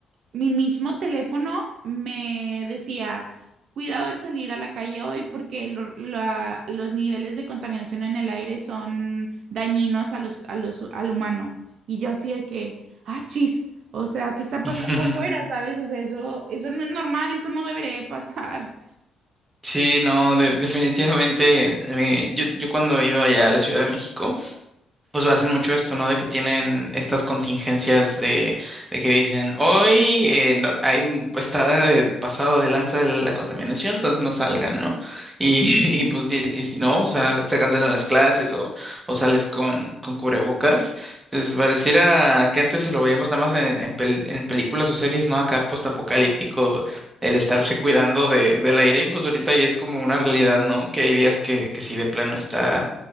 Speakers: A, on the right; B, on the right.
A: mi mismo teléfono me decía, cuidado al salir a la calle hoy porque lo- la- los niveles de contaminación en el aire son dañinos a los, a los, al humano. Y yo hacía que, ah, chis, o sea, ¿qué está pasando
B: <laughs>
A: afuera, sabes? O sea, eso, eso no es normal, eso no debería de pasar.
B: Sí, no, de- definitivamente eh, yo, yo cuando he ido allá a la Ciudad de México Pues hacen mucho esto, ¿no? De que tienen estas contingencias de, de que dicen, hoy eh, no- hay un, está de- pasado de lanza de la contaminación, entonces no salgan, ¿no? Y, <laughs> y pues di- y si no, o sea, se cancelan las clases o, o sales con, con cubrebocas. Entonces pareciera que antes se lo veíamos nada más en, en, pel- en películas o series, ¿no? Acá postapocalíptico, el estarse cuidando de, del aire, y pues ahorita ya es como una realidad, ¿no? Que hay días que, que sí de plano está